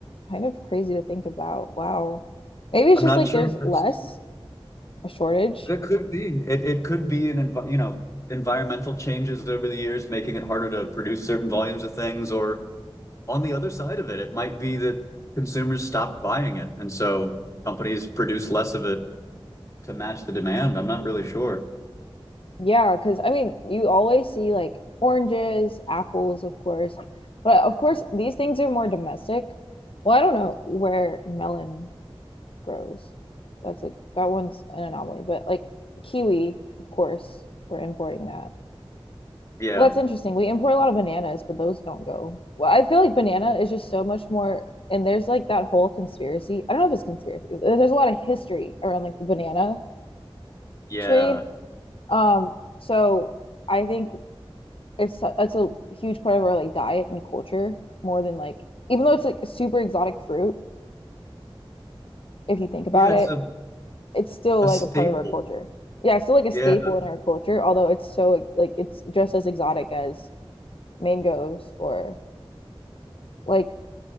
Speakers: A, on the left; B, on the left.
A: kind of crazy to think about. Wow. Maybe it's
B: I'm
A: just
B: not
A: like
B: sure
A: there's
B: if
A: less
B: it's,
A: a shortage.
B: it could be. It it could be an envi you know, environmental changes over the years, making it harder to produce certain volumes of things, or on the other side of it, it might be that consumers stop buying it, and so companies produce less of it to match the demand. I'm not really sure.
A: Yeah, because I mean, you always see like oranges, apples, of course. But of course, these things are more domestic. Well, I don't know where melon grows. That's a that one's an anomaly, but like kiwi, of course, we're importing that.
B: Yeah,
A: Well, that's interesting. We import a lot of bananas, but those don't go. Well, I feel like banana is just so much more, and there's like that whole conspiracy. I don't know if it's conspiracy. There's a lot of history around like the banana
B: yeah.
A: trade. Um, so I think it's it's a huge part of our like diet and culture more than like even though it's like a super exotic fruit, if you think about
B: Yeah, it's
A: it,
B: a,
A: it's still
B: a
A: like
B: staple.
A: a part of our culture. Yeah, it's still like a staple
B: Yeah.
A: in our culture, although it's so like it's just as exotic as mangoes or like